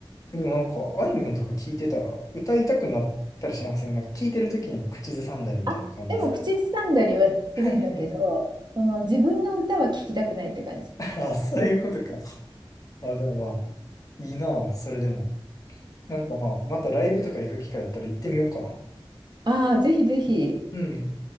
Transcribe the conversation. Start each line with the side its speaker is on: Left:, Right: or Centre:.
Left: でもなんか、あいみょんとか聞いてたら、歌いたくなったりしませんなんか聞いてるときに口ずさんだりみたいな感じですか
Right: あ、でも口ずさんだりはするんだけど、
Left: はいはいはい。
Right: その自分の歌は聴きたくないって感じ。
Left: <laughs> ああ、そういうことか。あ、でもまあ、いいなあ、それでも。なんかまあ、またライブとか行く機会あったら行ってみようかな。
Right: ああ、ぜひぜひ、
Left: うん。